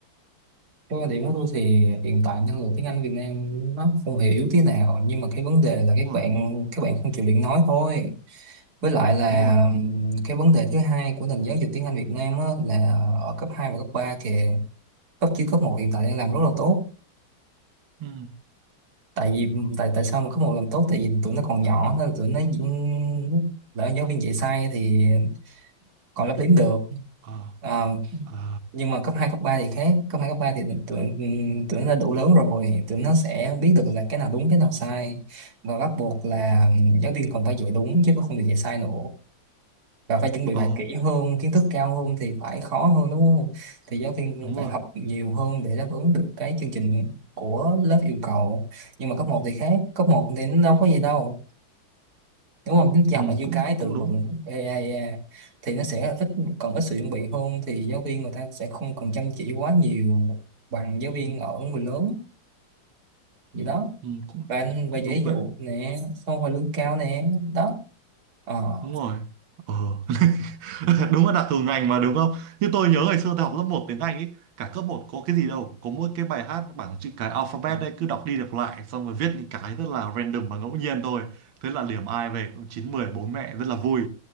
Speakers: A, on the right (about 50°); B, on the right (about 75°).
A: Cái quan điểm của tôi thì hiện tại năng lực tiếng Anh Việt Nam nó không hề yếu tí nào nhưng mà cái vấn đề là
B: đúng
A: các
B: rồi
A: bạn các bạn không chịu luyện nói thôi với lại là
B: đúng rồi
A: ừm, cái vấn đề thứ hai của nền giáo dục tiếng Anh Việt Nam á, là ở cấp 2 và cấp 3 kìa cấp chứ cấp một hiện tại đang làm rất là tốt
B: ừ
A: tại vì tại tại sao mà cấp một làm tốt tại vì tụi nó còn nhỏ nên là tụi nó diễn- lỡ giáo viên dạy sai thì còn lấp liếm được
B: ờ
A: À,
B: ờ
A: nhưng mà cấp 2 cấp 3 thì khác cấp 2 cấp 3 thì tụi tụi nó đã đủ lớn rồi tụi nó sẽ biết được là cái nào đúng cái nào sai và bắt buộc là giáo viên còn phải dạy đúng chứ không được dạy sai nữa và phải chuẩn bị
B: ờ,
A: bài kỹ hơn kiến thức cao hơn thì phải khó hơn đúng không thì giáo viên cũng
B: đúng
A: phải
B: rồi
A: học nhiều hơn để đáp ứng được cái chương trình của lớp yêu cầu nhưng mà cấp một thì khác cấp một thì nó đâu có gì đâu đúng không chính chị học
B: ừ
A: là như
B: cũng
A: cái từ
B: cũng
A: vựng
B: đúng
A: AI à, thì nó sẽ ít còn ít sự chuẩn bị hơn thì giáo viên người ta sẽ không cần chăm chỉ quá nhiều bằng giáo viên
B: ừ,
A: ở người lớn gì đó
B: ừ cũng
A: và anh về
B: cũng
A: ví
B: đúng vậy
A: dụ nè xong rồi lương cao nè đó Ờ.
B: đúng rồi ờ <laughs> đúng là đặc thù ngành mà đúng không như tôi nhớ ngày xưa tôi học lớp một tiếng Anh ấy cả cấp một có cái gì đâu có mỗi cái bài hát bảng chữ cái alphabet
A: <laughs>
B: đấy cứ đọc đi đọc lại xong rồi viết những cái rất là random và ngẫu nhiên thôi thế là điểm ai về cũng chín mười bố mẹ rất là vui